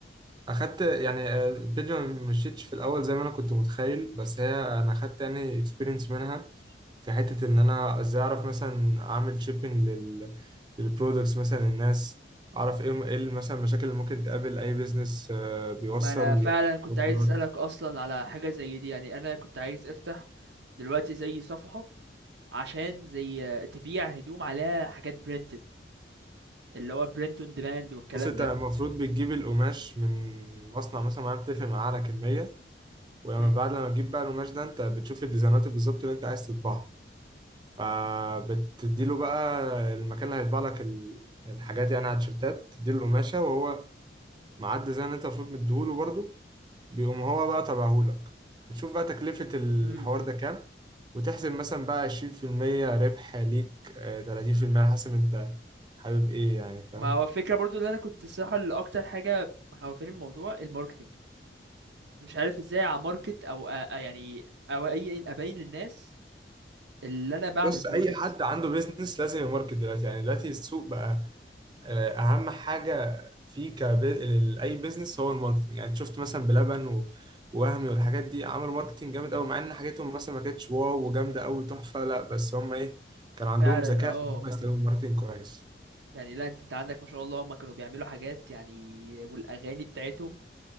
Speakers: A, on the right (about 25°); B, on the right (about 75°).
A: اخدت يعني البيج ما مشيتش في الاول زي ما انا كنت متخيل بس هي انا اخدت يعني اكسبيرينس منها في حته ان انا ازاي اعرف مثلا اعمل شيبنج لل للبرودكتس مثلا للناس اعرف ايه إيه مثلا المشاكل اللي ممكن تقابل اي بيزنس بيوصل
B: ما انا فعلا كنت
A: اوردرات
B: عايز اسألك اصلا على حاجة زي دي يعني انا كنت عايز افتح دلوقتي زي صفحة عشان زي آه، تبيع هدوم عليها حاجات برينتد اللي هو برينت اون ديماند والكلام
A: بص انت
B: ده
A: المفروض بتجيب القماش من مصنع مثلا معين بتتفق معاه على كمية ولما
B: مم.
A: بعد لما تجيب بقى القماش ده انت بتشوف الديزاينات بالظبط اللي انت عايز تطبعها فبتديله بقى المكان اللي هيطبع لك ال- الحاجات يعني على التيشيرتات تديله القماشة وهو مع الديزاين اللي انت المفروض مديهوله برضه بيقوم هو بقى طبعهولك بتشوف بقى تكلفة الحوار
B: امم
A: ده كام وتحسب مثلا بقى 20% ربح ليك آه، 30% على حسب انت حابب ايه يعني فاهم
B: ما هو الفكرة برضو اللي انا كنت الصراحة اللي اكتر حاجة مخوفاني من الموضوع الماركتنج مش عارف ازاي اماركت او أ... أ- يعني او اي ابين للناس اللي انا بعمل
A: بص
B: برودكت
A: اي حد عنده بيزنس لازم يماركت دلوقتي يعني دلوقتي السوق بقى آه، اهم حاجه في كبي... اي بيزنس هو الماركتنج يعني شفت مثلا بلبن و- ووهمي والحاجات دي عملوا ماركتنج جامد قوي مع ان حاجتهم مثلا ما كانتش واو وجامده قوي تحفه لا بس هم ايه كان عندهم
B: فعلا
A: ذكاء
B: اه
A: في ان هم يستخدموا الماركتنج كويس
B: يعني لا انت انت عندك ما شاء الله هم كانوا بيعملوا حاجات يعني والاغاني بتاعتهم